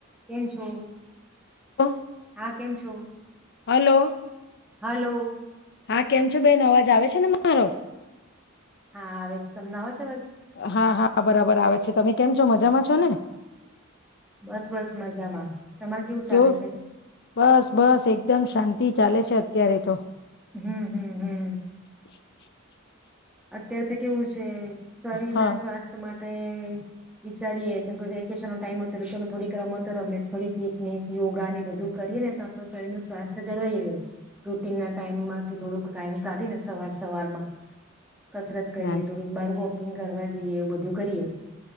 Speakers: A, in the centre; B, on the left.
A: કેમ છો
B: ઓફ
A: હા કેમ છો
B: હલો
A: હલો
B: હા કેમ છો બેન અવાજ આવે છે ને મારો
A: હા આવે તમને હ
B: હા હા બરાબર આવે છે તમે કેમ છો મજામાં છો ને
A: બસ બસ મજામાં તમારે કેવું ચાલે
B: કેવ
A: છે?
B: બસ બસ એકદમ શાંત થી ચાલે છે અત્યારે તો
A: હમ હમ હમ
B: <inaudible>
A: અત્યારે તો કેવું છે શરીરના
B: હા
A: સ્વાસ્થ્ય માટે આપ વિચારીએ કે વેકેશન નો ટાઈમ હતો ચાલ થોડીક રમતો રમે થોડી ફિટનેસ યોગા બધું કરીએ ને તો આપ શરીર ન સ્વાસ્થ્ય જળવાઈ ર રૂટીન ના ટાઈમ માંથી થોડુંક ટાઈમ કાઢી ને સવાર સવારમાં કસરત કરીએ
B: ના
A: થોડુંક બાર હોો કિંગ કરવા જઈએ એવું બધું કરીએ